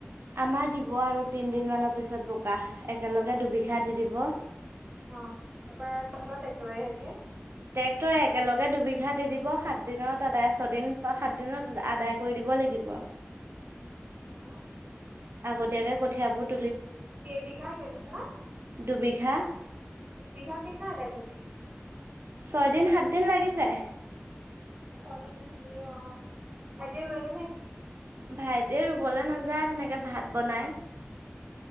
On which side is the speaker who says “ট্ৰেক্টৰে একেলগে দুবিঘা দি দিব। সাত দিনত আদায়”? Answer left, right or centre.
Right